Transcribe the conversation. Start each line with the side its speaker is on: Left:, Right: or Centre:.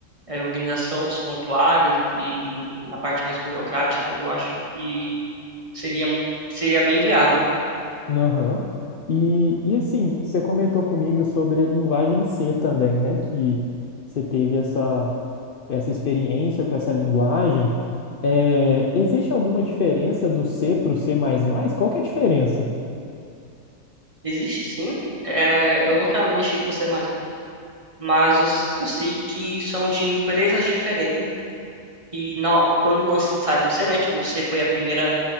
Right: é, organização dos prontuários e na parte mais burocrática, eu acho que seria seria bem viável.
Left: Aham. E, e assim, você comentou comigo sobre a linguagem C também, né? Que você teve essa, essa experiência com essa linguagem. É, existe alguma diferença do C para o C++? Qual que é a diferença?
Right: Existe sim. É, eu nunca mexi com C++, mas eu, s- eu sei que são de empresas diferentes. E na- quando lançaram C, né? Tipo, C foi a primeira